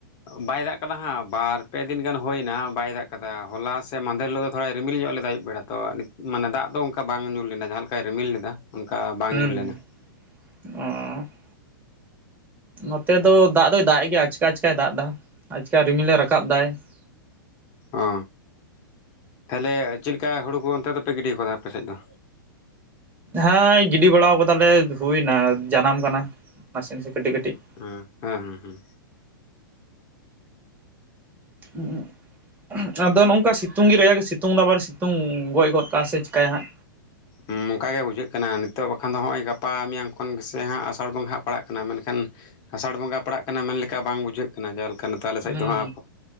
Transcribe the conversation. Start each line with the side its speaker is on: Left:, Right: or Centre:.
Left: ᱵᱟᱭ ᱫᱟᱜ ᱠᱟᱱᱟᱫᱟ ᱦᱟᱜ ᱵᱟᱨ ᱯᱮ ᱫᱤᱱ ᱜᱟᱱ ᱦᱩᱭᱱᱟ ᱵᱟᱭ ᱫᱟᱜ ᱠᱟᱱᱟ ᱾ ᱟᱠᱟᱫᱟ ᱦᱚᱞᱟ ᱥᱮ ᱢᱟᱫᱮᱨ ᱦᱤᱞᱳᱜ ᱛᱷᱚᱲᱟ ᱨᱤᱢᱤᱞ ᱧᱚᱜ ᱞᱮᱫᱟ ᱟᱹᱭᱩᱵ ᱵᱮᱲᱟ ᱛᱚ ᱢᱟᱱᱮ ᱫᱟᱜ ᱫᱚ ᱚᱱᱠᱟ ᱵᱟᱝ ᱧᱩᱨ ᱞᱮᱱᱟ ᱡᱟᱦᱟ ᱞᱮᱠᱟᱭ ᱨᱤᱢᱤᱞ ᱞᱮᱫᱟ ᱚᱱᱠᱟ ᱵᱟᱝ
Right: ᱦᱩᱸ
Left: ᱧᱩᱨ ᱞᱮᱱᱟ ᱾
Right: <unintelligible> ᱱᱚᱛᱮ ᱫᱚ ᱫᱟᱜ ᱫᱚᱭ ᱫᱟᱜ ᱮ ᱜᱮᱭᱟ ᱟᱪᱠᱟ ᱟᱪᱠᱟᱭ ᱫᱟᱜ ᱮᱫᱟ ᱟᱪᱠᱟ ᱨᱤᱢᱤᱞ ᱮ ᱨᱟᱠᱟᱵ ᱫᱟᱭ ᱾ <unintelligible>
Left: ᱚ ᱛᱟᱦᱚᱞᱮ ᱪᱮᱫ ᱞᱮᱠᱟ ᱦᱩᱲᱩ ᱠᱚ ᱚᱱᱛᱮ ᱫᱚᱯᱮ ᱜᱤᱰᱤ ᱟᱠᱟᱫᱟ ᱟᱯᱮᱥᱮᱫ ᱫᱚ?
Right: ᱦᱮ ᱜᱤᱰᱤ ᱵᱟᱲᱟᱣ ᱠᱟᱫᱟᱞᱮ ᱦᱩᱭᱱᱟ ᱡᱟᱱᱟᱢ ᱠᱟᱱᱟ ᱱᱟᱥᱮ ᱱᱟᱥᱮ ᱠᱟᱹᱴᱤᱡ ᱠᱟᱹᱴᱤᱡ ᱾
Left: ᱦᱩ ᱦᱮ ᱦᱮ ᱦᱩ
Right: <unintelligible> ᱟᱫᱚ ᱱᱚᱝᱠᱟ ᱥᱤᱛᱩᱝ ᱜᱮ ᱠᱟᱡᱟᱠᱮ ᱥᱤᱛᱩᱝ ᱫᱚ ᱟᱵᱟᱨ ᱥᱤᱛᱩᱝ ᱜᱚᱡ ᱜᱚᱫ ᱠᱟᱜᱼᱟ ᱥᱮ ᱪᱤᱠᱟᱭᱭᱟ ᱦᱟᱜ?
Left: ᱦᱩ ᱱᱚᱝᱠᱟ ᱜᱮᱮ ᱵᱩᱡᱷᱟᱹᱜ ᱠᱟᱱᱟ ᱱᱤᱛᱚᱜ ᱵᱟᱠᱷᱟᱱ ᱫᱚ ᱱᱚᱜᱼᱚᱭ ᱜᱟᱯᱟ ᱢᱮᱭᱟᱝ ᱠᱷᱚᱱ ᱜᱮᱥᱮ ᱦᱟᱜ ᱟᱥᱟᱲ ᱵᱚᱝᱜᱟ ᱦᱟᱜ ᱯᱟᱲᱟᱜ ᱠᱟᱱᱟ ᱢᱮᱱᱠᱷᱟᱱ ᱟᱥᱟᱲ ᱵᱚᱸᱜᱟ ᱯᱟᱲᱟᱜ ᱠᱟᱱᱟ ᱢᱮᱱ ᱞᱮᱠᱟ ᱵᱟᱝ ᱵᱩᱡᱷᱟᱹᱜ ᱠᱟᱱᱟ ᱡᱟᱦᱟ ᱞᱮᱠᱟ ᱱᱤᱛᱚᱜ ᱟᱞᱮᱥᱮᱫ
Right: ᱦᱩᱸ
Left: ᱫᱚ ᱦᱟ